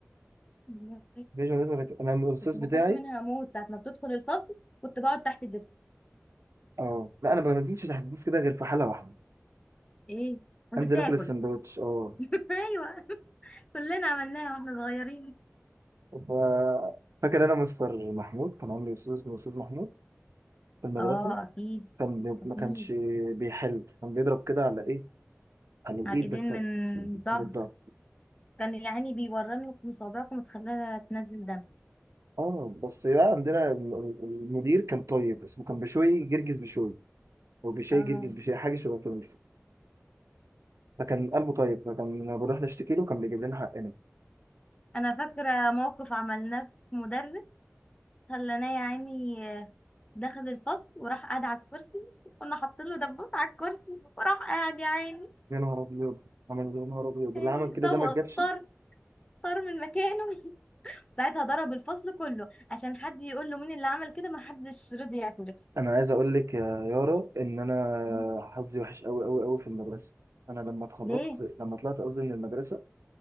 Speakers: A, on the left; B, on the right.
A: والله.
B: مفيش مدرسة ما كانت- أنا الأستاذ
A: كنت بخاف
B: بتاعي
A: منها اموت ساعة ما بتدخل الفصل كنت بقعد تحت الديسك
B: أه لا أنا ما بنزلش تحت الديسك كده غير في حالة واحدة
A: ايه وانت
B: أنزل
A: بتاكل
B: آكل السندوتش أه
A: <laughs> ايوه كلنا عملناها واحنا صغيرين
B: ف... فاكر أنا مستر محمود كان عندي أستاذ اسمه أستاذ محمود في المدرسة
A: اه اكيد
B: كان بي-
A: اكيد
B: ما كانش بيحل كان بيضرب كده على إيه على الإيد
A: على الايدين
B: بس
A: من الظهر
B: من الضهر
A: كان يعني بيورم لك مصابعكم وتخليها تنزل دم
B: اه بس بقى عندنا الم- المدير كان طيب اسمه كان بشوي جرجس بشوي هو بشوي
A: اه
B: جرجس بشوي حاجه شبه كده فكان قلبه طيب فكان لما بنروح نشتكي له كان بيجيب لنا حقنا
A: انا فاكره موقف عملناه في مدرس خلاناه يا عيني آه، دخل الفصل وراح قاعد على الكرسي وكنا حاطين له دبوس على الكرسي وراح قاعد يا عيني
B: يا نهار ابيض عمل إيه؟ يا نهار ابيض
A: يعني
B: اللي عمل كده
A: سوق
B: ده ما جابش
A: طار طار من مكانه <laughs> ساعتها ضرب الفصل كله عشان حد يقول له مين اللي عمل كده ما حدش رضي يعترف
B: انا عايز اقول لك يا يارا ان انا
A: م.
B: حظي وحش قوي قوي قوي في المدرسه انا لما اتخرجت
A: ليه
B: لما طلعت قصدي من المدرسه